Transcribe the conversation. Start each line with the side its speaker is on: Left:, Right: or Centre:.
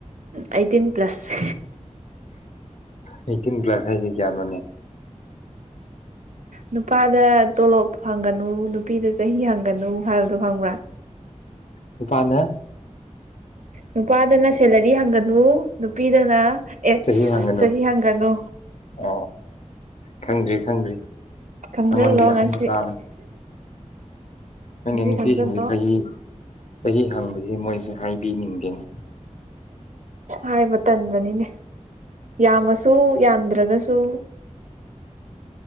Right: ꯑꯩꯇꯤꯟ ꯄ꯭ꯂꯁꯦ
Left: ꯑꯩꯠꯇꯤꯟ ꯄ꯭ꯂꯥꯁ ꯍꯥꯏꯁꯤ ꯀꯌꯥꯅꯣꯅꯦ
Right: ꯅꯨꯄꯥꯗ ꯇꯣꯂꯣꯞ ꯐꯪꯒꯅꯨ ꯅꯨꯄꯤꯗ ꯆꯍꯤ ꯍꯪꯒꯅꯨ ꯍꯥꯏꯕꯗꯣ ꯐꯪꯕ꯭ꯔꯥ
Left: ꯅꯨꯄꯥꯗ
Right: ꯅꯨꯄꯥꯗꯅ ꯁꯦꯂꯔꯤ ꯍꯪꯒꯅꯨ ꯅꯨꯄꯤꯗꯅ ꯑꯦꯠꯁ
Left: ꯆꯍꯤ ꯍꯥꯡꯒꯅꯨ
Right: ꯆꯍꯤ ꯍꯪꯒꯅꯨ
Left: ꯑ ꯈꯪꯗ꯭ꯔꯤ ꯈꯪꯗ꯭ꯔꯤ
Right: ꯈꯪꯖꯤꯜꯂꯣ
Left: ꯁꯪꯉꯣꯟꯒꯤ
Right: ꯉꯁꯤ
Left: ꯍ ꯇꯕ ꯑꯩꯅ
Right: ꯉꯁꯤ
Left: ꯅꯨꯄꯤꯁꯤꯡꯁ
Right: ꯈꯪꯖꯤꯜꯂꯣ
Left: ꯆꯍꯤ ꯆꯍꯤ ꯍꯪꯕꯁꯦ ꯃꯣꯏꯁꯦ ꯍꯥꯏꯕꯤꯅꯤꯡꯗꯦꯅꯤ
Right: ꯍꯥꯏꯕ ꯇꯟꯕꯅꯤꯅꯦ ꯌꯥꯝꯃꯁꯨ ꯌꯥꯝꯗ꯭ꯔꯒꯁꯨ